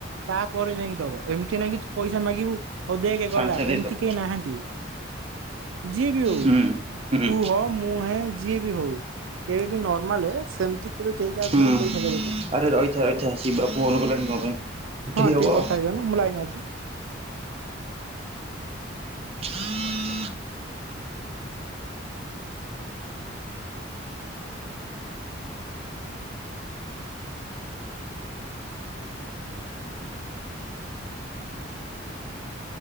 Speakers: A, on the right; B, on the right.
A: ତାପରେ ଯାଇଁକି ଦବ, ଏମିତି ନାଇଁ କି ତୁ ପଇସା ମାଗିବୁ ହଉ ଦେଖେ ଗଲା,
B: ସାଙ୍ଗେ ସାଙ୍ଗେ ଦେଇଦବ
A: ଏମିତି କେହି ନାହାନ୍ତି ଯିଏବି ହଉ
B: ହୁଁ ହୁଁ
A: ତୁ ହଅ ମୁଁ ହେ ଯିଏ ବି ହଉ, କେବେ ବି ନର୍ମାଲେ ସେମିତି କେବେ କେହି କାହାକୁ
B: ହୁଁ
A: କେହି ପଇସା ଦେବେନି।
B: ଆରେ ରହିଥା ରହିଥା ଶିବା ଫୋନ୍ କଲାଣି କଣ ପାଇଁ ଉଠେଇ
A: ହଁ
B: ହବ?
A: <inaudible> ମୁଁ ଲାଇନେ ଅଛି।
B: ହଁ